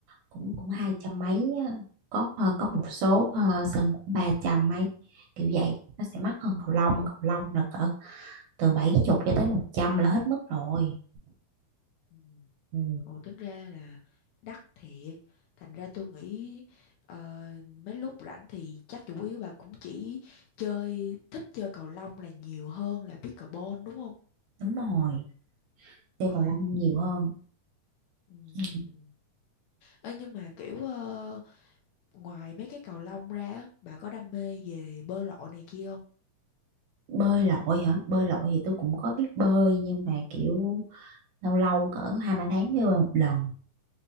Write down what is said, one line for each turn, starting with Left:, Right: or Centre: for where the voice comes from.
Right: cũng
Left: Ừ.
Right: cũng hai trăm mấy á. có ờ, có
Left: Ừ.
Right: một số ờ, sân cũng ba trăm mấy kiểu vậy nó sẽ mắc hơn cầu lông cầu lông là cỡ từ bảy chục cho tới một trăm là hết mức rồi
Left: Ừ.
Right: ừ.
Left: Ồ, tính ra là đắt thiệt. Thành ra tôi nghĩ ờ, mấy lúc rảnh thì chắc chủ yếu bà cũng chỉ chơi, thích chơi cầu lông là nhiều hơn là pickleball đúng không?
Right: Đúng rồi, chơi
Left: Ờ,
Right: cầu lông nhiều hơn.
Left: ừ,
Right: Ừ.
Left: ừ, ừ. Ê, nhưng mà kiểu ờ, ngoài mấy cái cầu lông ra, á, bà có đam mê về bơi lội này kia không?
Right: Bơi lội hả? Bơi lội thì tôi
Left: Ừ.
Right: cũng có biết bơi nhưng mà kiểu lâu lâu cỡ hai ba tháng mới bơi một lần.